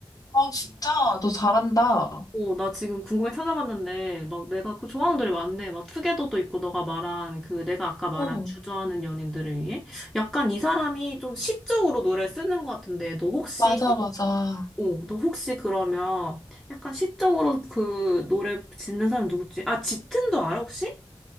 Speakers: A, on the left; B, in the centre.
A: 어, 진짜, 너 잘한다.
B: 어, 나 지금 궁금해 찾아봤는데, 막 내가 그 좋아하는 노래 많네. 막 투게더도 있고, 너가 말한 그, 내가 아까 말한
A: 어,
B: 주저하는 연인들을 위해? 약간 이 사람이 좀 시적으로 노래를 쓰는 것 같은데, 너 혹시,
A: 맞아, 맞아.
B: 어, 너 혹시 그러면 약간 시적으로 그 노래 짓는 사람 누구지? 아, 짙은도 알아, 혹시?